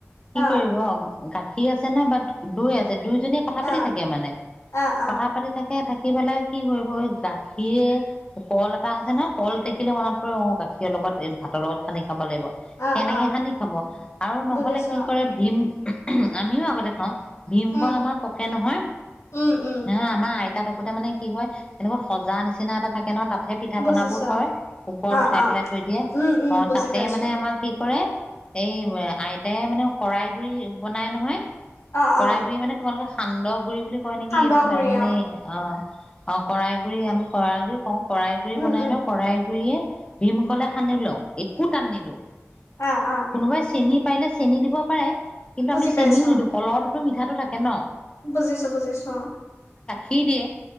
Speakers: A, on the left (about 20°); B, on the left (about 75°).
A: কি
B: অ
A: কৰিব গাখীৰ কী আছে নে বাট দৈ আছে দুইজনীয়ে কথা
B: অ
A: পাতি থাকে মানে
B: অ অ
A: কথা পাতি থাকে থাকি পেলাই কি কৰিব এই গাখীৰে কল এটা আছে নহ কল দেখিলে মনত পৰিৰে অ গাখীৰৰ লগত খালে ভাতৰ লগত খালে কি খাব লাগিব
B: অ
A: সেনেকে
B: অ
A: সানি খাব আৰু নহ'লে
B: বুজিছো
A: কি কৰে ভীম আমিও আগতে খাওঁ ভীমকল
B: উম
A: আমাৰ পকে নহয়
B: উম উম
A: না আমাৰ তিতা থাকোতে মানে কি হয় এনেকুৱা সজা নিচিনা এটা থাকে ন তাত ত পিঠা
B: বুজিছো
A: পনাবোৰ থয় ওপৰত
B: অ
A: উঠাই
B: অ
A: পেলাই থৈ দিয়ে
B: উম উম
A: অ
B: বুজি
A: তাতে
B: পাইছো
A: মানে আমাৰ কি কৰে এই আইতাইে মানে শৰাই গুৰি বনাই নহয়
B: অ
A: কৰাই
B: অ
A: গুৰি মানে তোমালোকক সান্দ বুলি কয় নেকি
B: সান্দহগুৰি
A: মানে
B: অ
A: অ অ কৰাইগুৰি আমি কৰাই পওঁ কৰাই গুৰি
B: উম
A: বনাই
B: উম
A: ন কৰাই গুৰিয়ে ভীমকলে সানি লও একো তাত‌ নিদো
B: অ অ
A: কোনোবাই চেনি পাৰিলে চেনি দিব পাৰে কিন্তু
B: বুজি
A: আমি চেনিও
B: পাইছো
A: নিদিওঁ
B: অ
A: কলৰ অলপ মিঠাটো থাকে ন
B: বুজিছো বুজিছো অ
A: কি দিয়ে